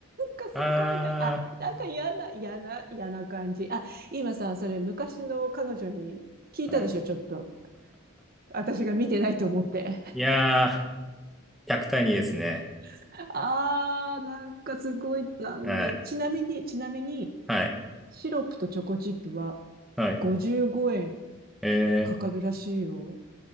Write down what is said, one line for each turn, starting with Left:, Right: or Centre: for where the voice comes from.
Right: かすごいな。
Centre: あ
Right: あ、なんか嫌な、嫌な、嫌な感じ。あ、今さ、それ昔の彼女に聞いたでしょ、
Centre: ー、はい。
Right: ちょっと。私が見てないと思って。
Centre: <laughs> いやー、100対2ですね。
Right: <laughs> あー、なんかすごい残念。
Centre: はい、
Right: ちなみに、ちなみに、
Centre: はい、
Right: シロップとチョコチップは
Centre: はい。
Right: 55円
Centre: え
Right: かかるらしいよ。